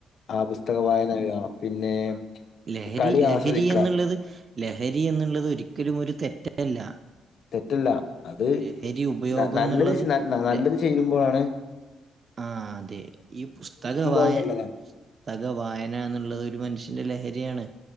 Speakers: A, on the left; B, on the right.
A: ആ പുസ്തക വായനയാകാം പിന്നെ
B: ആഹ് ലഹരി
A: കളി
B: ലഹരിയെന്നുള്ളത്
A: ആസ്വദിക്ക
B: ലഹരിയെന്നുള്ളത് ഒരിക്കലുമൊരു തെറ്റല്ല
A: തെറ്റല്ല. അത്
B: ലഹരി ഉപയോഗം
A: ന നല്ലത്
B: എന്നുള്ളത്
A: ന നല്ലത്
B: ല
A: ചേയ്യുമ്പോഴാണ്.
B: ആഹ് ആഹ് അതെ ഈ പുസ്തകവായ
A: അത് നല്ലതാണ്
B: തക വായന എന്നുള്ളതൊരു മനുഷ്യന്റെ ലഹരിയാണ്.